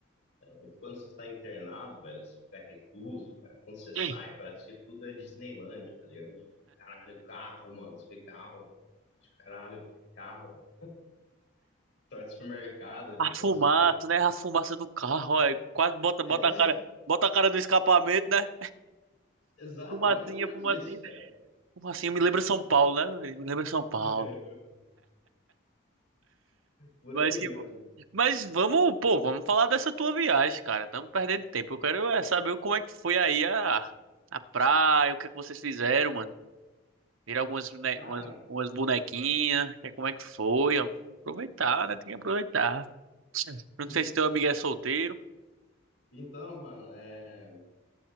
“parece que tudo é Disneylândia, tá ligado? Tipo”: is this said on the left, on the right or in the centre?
Left